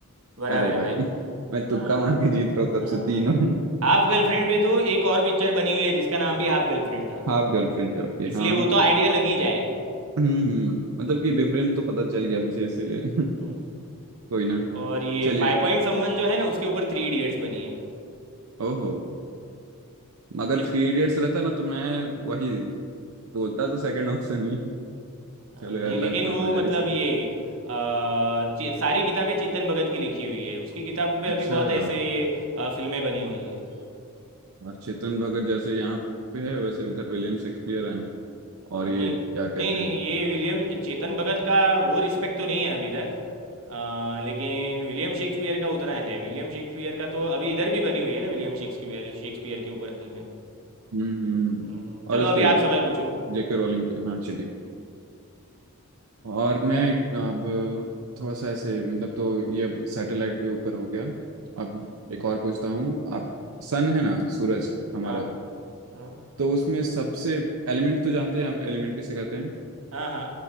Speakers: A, on the right (about 75°); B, on the right (about 85°).
A: बराबर
B: अरे भाई
A: है भाई
B: मैं तुक्का
A: हाँ
B: मार के जीत रहा था तब
A: हाँ
B: से तीनों
A: भाई हाफ गर्लफ्रेंड पे तो एक और पिक्चर बनी हुई है जिसका नाम भी हाफ गर्लफ्रेंड था
B: हाफ गर्लफ्रेंड है ओके
A: इसलिए
B: हाँ
A: वो तो आइडिया लग ही जाए
B: हम्म हम्म, मतलब कि बेफ्रेंड तो पता चल गया मुझे इसीलिए <laughs>
A: <laughs>
B: कोई ना
A: और ये
B: चलिए
A: फाइव पॉइंट समवन जो है ना उसके ऊपर थ्री इडियट्स बनी है
B: ओहो मगर
A: ये
B: थ्री इडियट्स रहता ना तो मैं वही बोलता तो सेकंड ऑप्शन ही
A: हाँ,
B: चलो यार
A: नहीं
B: लक
A: लेकिन
B: का
A: वो
B: माजरी
A: मतलब
B: सर
A: ये अ, ची- सारी किताबें चेतन भगत की लिखी हुई है उसकी किताबों पे
B: अच्छा
A: अभी बहुत
B: यार
A: ऐसे अ, फिल्में बनी हुई है
B: और चेतन भगत जैसे यहाँ पे है वैसे उधर विलियम शेक्सपियर एंड
A: हाँ,
B: और ये
A: नहीं
B: क्या कहते
A: नहीं नहीं
B: हैं
A: ये विलियम चेतन भगत का वो रिस्पेक्ट तो नहीं है अभी तक अ, लेकिन विलियम शेक्सपियर का उतना है विलियम शेक्सपियर का तो अभी इधर भी बनी हुई है ना विलियम शेक्सपियर शेक्सपियर के ऊपर फिल्में
B: हम्म हम्म
A: हम्म, चलो
B: और उसके
A: अभी आप सवाल पूछो
B: जेके रोलिंग के हाँ चलिए और मैं अब थोड़ा सा ऐसे मतलब तो ये सैटेलाइट के ऊपर हो गया अब एक और पूछता हूँ आप सन है ना सूरज हमारा
A: हाँ हाँ
B: तो उसमें सबसे एलिमेंट तो जानते हैं आप एलिमेंट किसे कहते हैं
A: हाँ हाँ